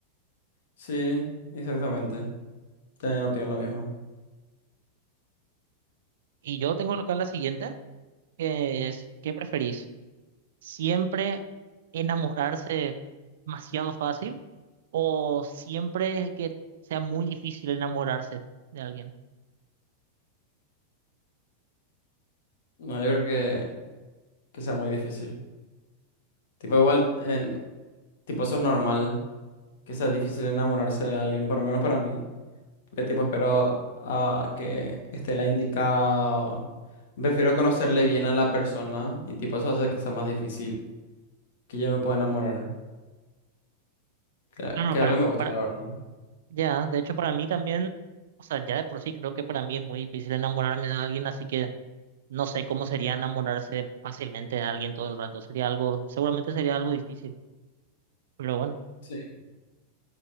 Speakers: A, on the left; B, on the right.
A: Sí, exactamente. También opino lo mismo.
B: Y yo tengo acá la siguiente, que es, ¿qué preferís? siempre enamorarse demasiado fácil o siempre que sea muy difícil enamorarse de alguien.
A: No, yo creo que, que sea muy difícil. Tipo, igual, en, tipo, eso es normal, que sea difícil enamorarse de alguien, por lo menos para mí. Porque tipo espero ah, que esté la indicado. Prefiero conocerle bien a la persona y tipo eso hace que sea más difícil. Que yo me pueda enamorar. Que,
B: No, no,
A: que
B: para,
A: es algo que me gusta,
B: para,
A: la verdad.
B: ya, de hecho para mí también, o sea, ya de por sí creo que para mí es muy difícil enamorarme de alguien, así que no sé cómo sería enamorarse fácilmente de alguien todo el rato. Sería algo, seguramente sería algo difícil, pero bueno,
A: Sí.